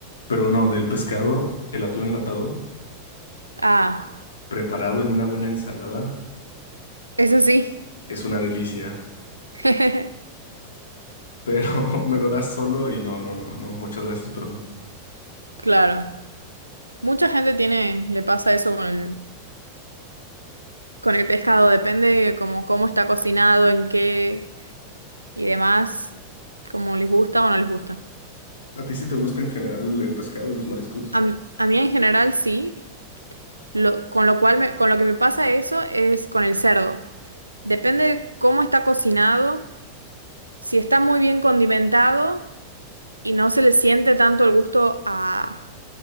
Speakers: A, on the left (about 70°); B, on the right (about 85°).
A: Pero no, del pescado, el atún enlatado,
B: Ah,
A: preparado en una buena ensalada,
B: eso sí.
A: es una delicia.
B: <laughs>
A: Pero <laughs> me lo das solo y no, no, no, no, muchas gracias, pero no.
B: Claro. Mucha gente tiene, le pasa eso con el, con el pescado. Depende como cómo está cocinado, en qué y demás. Como les gusta o no les gusta.
A: ¿A ti sí te gusta en general el pescado y los mariscos?
B: A, m- a mí en general sí. Lo- con lo cual me- con lo que me pasa eso es con el cerdo. Depende de cómo está cocinado. Si está muy bien condimentado y no se le siente tanto el gusto a